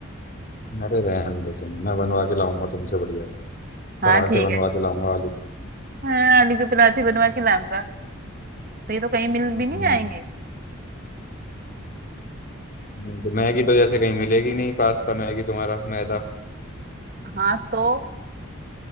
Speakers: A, on the left (about 40°); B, on the right (about 45°).
A: मैं अरे रहने दो तुम मैं बनवा के लाऊंगा तुमसे बढ़िया से।
B: हाँ
A: पराठे
B: ठीक
A: बनवा
B: है ठीक
A: के लाऊंगा आलू
B: हाँ आलू की पराठे बनवा के लाऊंगा तो ये तो कहीं मिल भी
A: हम्म
B: नहीं जाएंगे
A: हम्म, तो मैगी तो जैसे कहीं मिलेगी नहीं पास्ता मैगी तुम्हारा मैदा
B: हाँ तो